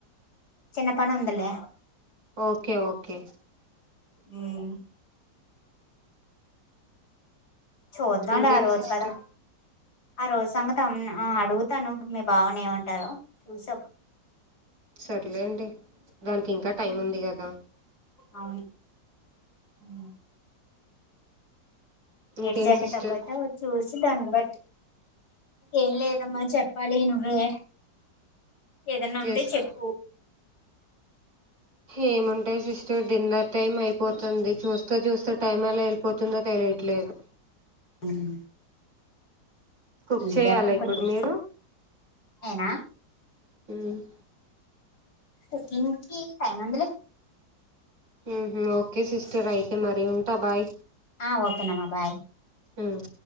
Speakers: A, on the left; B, on the right.
A: చిన్న పని ఉందలే
B: ఓకే ఓకే
A: ఉమ్ చూద్దాంలే
B: ఇంకేం
A: ఆ రోజు
B: సిస్టర్
A: కదా ఆ రోజు సంగత అడుగుతాను మీ బావుని ఏమంటారో చూసాప్పుడు
B: సర్లేండి దానికి ఇంకా టైం ఉంది కదా
A: అవును ఉమ్.
B: ఇంకేం
A: ఏటు జర్నీ
B: సిస్టర్
A: తక్కువ అయితే చూసి దాన్ని బట్టి ఏం లేదమ్మా చెప్పాలి నువ్వే ఏదన్నా
B: జస్ట్
A: ఉంటే చెప్పు
B: ఏముంటాయి సిస్టర్ డిన్నర్ టైమ్ అయిపోతుంది చూస్తే చూస్తే టైం ఎలా వెళ్ళిపోతుందో తెలి ట్లేదు
A: ఉమ్
B: కుక్
A: ఏం
B: చేయాలా
A: చేస్తం
B: ఇప్పుడు
A: కొంచెం
B: మీరు
A: అయనా
B: ఉమ్
A: <unintelligible> టైమ్ ఉండలే
B: ఉ హ్మ్ ఓకే సిస్టర్ అయితే మరి ఉంటా బాయ్
A: ఆ ఓకేనమ్మా బాయ్
B: ఉమ్.